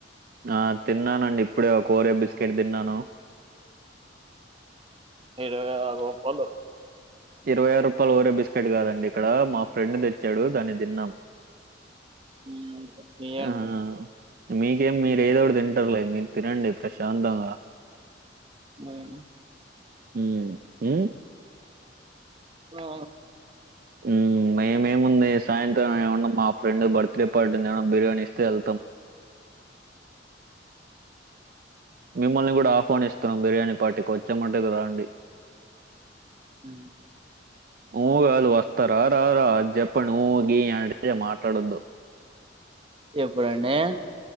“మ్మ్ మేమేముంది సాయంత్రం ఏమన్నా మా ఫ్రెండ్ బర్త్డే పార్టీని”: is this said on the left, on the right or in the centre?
Right